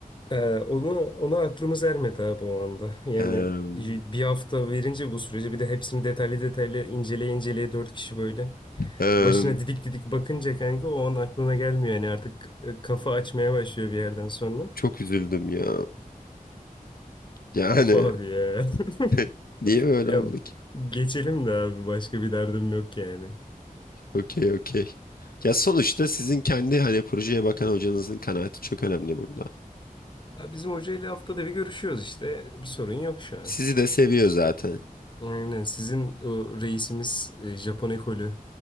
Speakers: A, on the left (about 30°); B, on the left (about 80°).
A: Ee, onu ona aklımız ermedi abi o anda. Yani
B: Hem,
A: y- bir hafta verince bu süreci bir de hepsini detaylı detaylı inceleye inceleye dört kişi böyle.
B: hem.
A: Başına didik didik bakınca kanka o an aklına gelmiyor yani artık e, kafa açmaya başlıyor bir yerden sonra.
B: çok üzüldüm ya. Yani
A: Of abi ya.
B: <laughs>
A: <laughs>
B: niye böyle
A: Ya
B: oldu
A: geçelim de abi başka bir derdim yok yani.
B: Okey okey. Ya sonuçta sizin kendi hani projeye bakan hocanızın kanaati çok önemli burada.
A: Ha, Bizim hocayla haftada bir görüşüyoruz işte. Bir sorun yok şu an.
B: Sizi de seviyor zaten.
A: Aynen. Sizin o reisimiz e, Japon ekolü